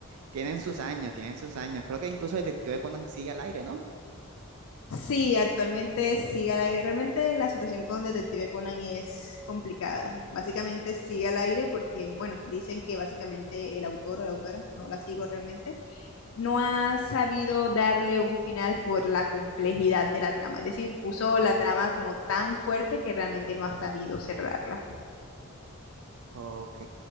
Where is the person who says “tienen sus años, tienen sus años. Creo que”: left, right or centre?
Right